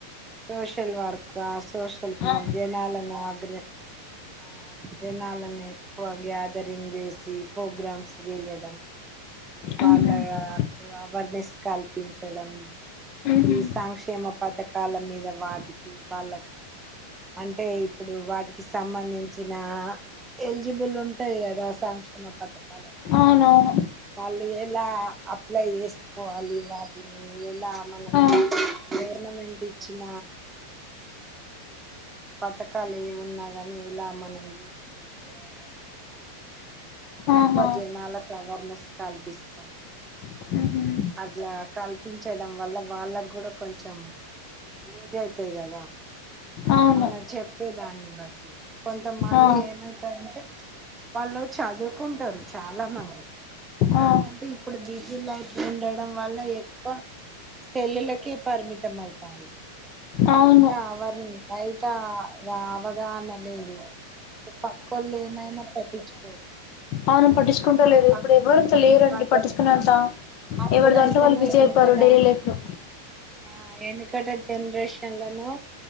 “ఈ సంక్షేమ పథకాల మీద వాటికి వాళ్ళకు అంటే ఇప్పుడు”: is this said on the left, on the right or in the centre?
Right